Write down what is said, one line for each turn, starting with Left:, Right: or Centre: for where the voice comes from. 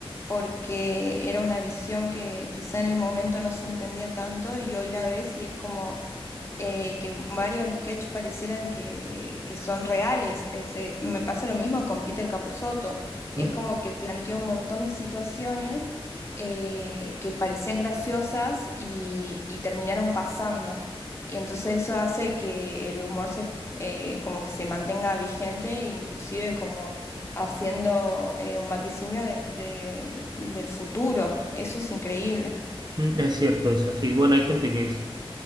Left: porque era una visión que quizá en el momento no se entendía tanto y hoy la ves y es como... eh, que varios sketches parecieran que, que son reales. Ese, me pasa lo mismo con Peter Capusotto. Es
Right: Mm,
Left: como que planteó un montón de situaciones eh, que parecían graciosas y, y terminaron pasando. Y entonces eso hace que el humor se, eh, como que se mantenga vigente, e inclusive como haciendo eh, un vaticinio de- de- del futuro. Eso es increíble.
Right: mm, es cierto eso, sí. Bueno, hay gente que es